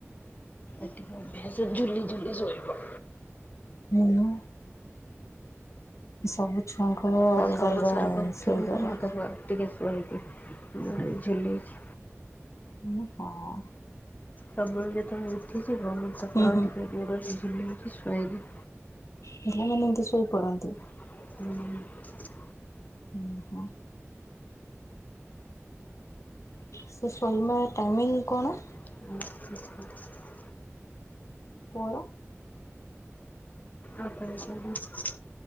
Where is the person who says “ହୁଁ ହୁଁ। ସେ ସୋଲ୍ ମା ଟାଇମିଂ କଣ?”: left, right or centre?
Left